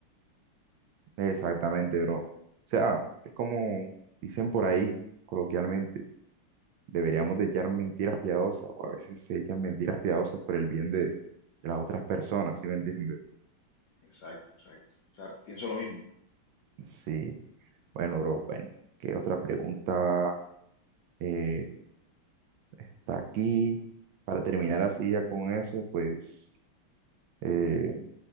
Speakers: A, on the right (about 75°); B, on the left (about 65°).
A: Exactamente, bro. O sea, es como dicen por ahí, coloquialmente, deberíamos de echar mentiras piadosas, o a veces se echan mentiras piadosas por el bien de, de las otras personas, ¿sí me entiendes?
B: Exacto, exacto. O sea, pienso lo mismo.
A: Sí, bueno, bro, bueno, ¿qué otra pregunta eh, está aquí? Para terminar así ya con eso, pues, eh,